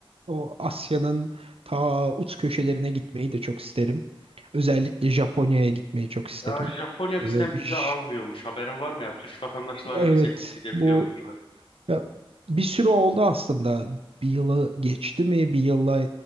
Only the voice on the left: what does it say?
Ya Japonya
bizden vize
almıyormuş. Haberin var mı ya? Türk vatandaşları
vizesiz gidebiliyormuşlar.